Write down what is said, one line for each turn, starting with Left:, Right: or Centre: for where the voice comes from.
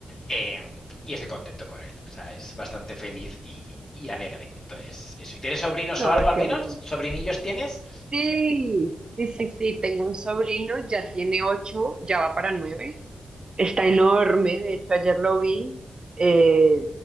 Left: eh, y estoy contento con él, o sea, es bastante feliz y, y alegre. Entonces, eso, ¿y tienes sobrinos
Right: Ah,
Left: o algo al
Right: qué
Left: menos?
Right: bueno.
Left: ¿Sobrinillos tienes?
Right: Sí, sí, sí, sí, tengo un sobrino, ya tiene ocho, ya va para nueve. Está enorme, de hecho ayer lo vi. eh,